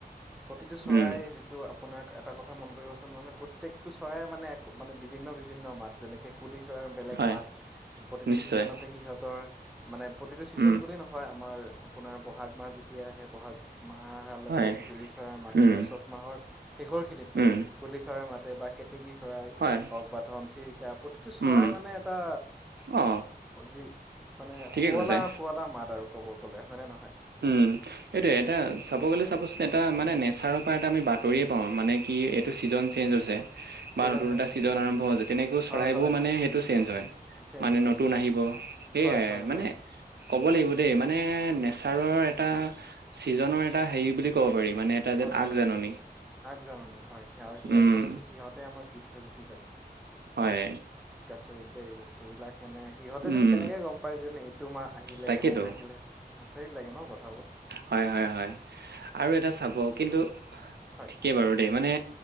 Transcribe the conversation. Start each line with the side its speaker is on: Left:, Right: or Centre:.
Centre: প্ৰতিটো চৰাই
Right: উম
Centre: যিটো আপোনাৰ এটা কথা মন কৰিবচোন মানে প্ৰত্যেকটো চৰাই মানে এক মানে বিভিন্ন বিভিন্ন মাত যেনেকৈ পুলি চৰা বেলেগ
Right: হয়
Centre: মাত প্ৰতিটো
Right: নিশ্চয়
Centre: ছিজনতে সিহঁতৰ মানে প্ৰতিটো ছিজন
Right: উম
Centre: বুলি নহয় আমাৰ আপোনাৰ বহাগ মাছ তেতিয়া আহে বহাগ মাহ অহাৰ লগে
Right: হয়
Centre: লগে কুলি চৰাইৰ মাতে
Right: উম
Centre: বা চ'ত মাহৰ শেষৰখিনিত
Right: উম
Centre: কুলি চৰাই মাতে বা কে কেতেকী চৰাই
Right: হয়
Centre: হওঁক বা ঘনচিৰিকা প্ৰতিটো চৰাই
Right: উম
Centre: মানে এটা
Right: অ
Centre: যি মানে
Right: ঠিকে
Centre: শুৱলা
Right: কৈছে
Centre: শুৱলা মাত আৰু ক'ব গ'লে হয়নে নহয়?
Right: উম সেটোয়ে এটা চাব গ'লে চাবচোন এটা মানে নেচাৰৰ পৰা এটা আমি বাতৰিয়ে পাওঁ মানে কি এইটো ছিজন চেঞ্জ হৈছে। বা
Centre: ছিজন
Right: নতুন
Centre: হৈ
Right: এটা
Centre: গৈছে
Right: ছিজন আৰম্ভ হৈছে তেনেকেও
Centre: হয়
Right: চৰাইবোৰো
Centre: হয় হয়
Right: মানে সেইটো চেঞ্জ হয়।
Centre: চেঞ্জ
Right: মানে
Centre: হয়
Right: নতুন আহিব, সেয়াই
Centre: হয় হয়
Right: মানে
Centre: হয়
Right: ক'ব লাগিব দেই মানে নেচাৰৰ এটা চিজনৰ এটা হেৰি বুলি ক'ব পাৰি মানে এটা যেন
Centre: হয়
Right: আগজাননী
Centre: হয় আগজননী হয় আৰু সেই
Right: উম
Centre: আগজাননীটো সিহঁতেই আমাক দি থৈ গুচি যায়।
Right: হয়।
Centre: ত এই বস্তু বিলাক মানে সিহঁতে
Right: উম
Centre: যেন কেনেকে গম পায় যেন এইটো মাহ আহিলে
Right: তাকেতো!
Centre: অমুক আহিলে আচৰিত লাগে ন কথাবোৰ
Right: হয় হয় হয় আৰু এটা চাব কিন্তু
Centre: হয়
Right: ঠিকেই বাৰু দেই মানে